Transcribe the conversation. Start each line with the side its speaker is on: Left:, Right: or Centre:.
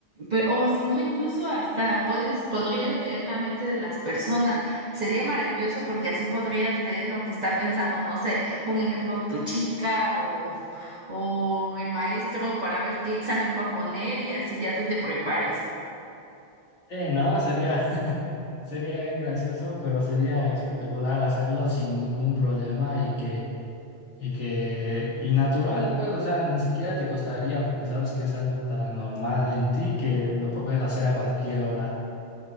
Right: pero o si no, incluso hasta puedes, podrías leer la mente de las personas. Sería maravilloso porque así podrías leer lo que está pensando, no sé, un ejemplo, tu chica o, o el maestro para ver qué examen va a poner y así ya tú te prepares.
Left: Sí, no, sería, <laughs> sería bien gracioso, pero sería espectacular hacerlo sin ningún problema y que Y que, y natural, pues, o sea, ni siquiera te costaría porque sabes que es algo tan normal en ti que lo puedes hacer a cualquier hora.